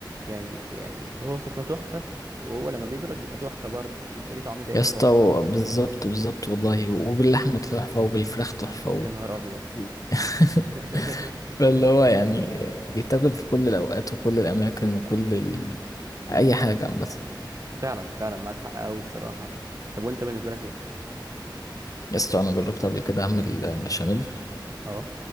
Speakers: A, on the right; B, on the left.
A: يعني يعني هو سخنه تحفة وهو لما بيبرد بيبقى تحفة برضه وبيبقى ليه طعم تاني
B: يا اسطى
A: خالص
B: و- بالظبط بالظبط والله وباللحمه تحفه وبالفراخ تحفه و...
A: يا نهار أبيض
B: و- <laughs>
A: <laughs>
B: فاللي هو يعني بيتاكل في كل الاوقات وكل الاماكن وكل ال...
A: مم.
B: اي حاجه عامه
A: فعلا فعلا معاك حق أوي الصراحة طب وأنت بالنسبة لك إيه؟
B: يا اسطى انا جربت قبل كده اعمل بشاميل
A: أه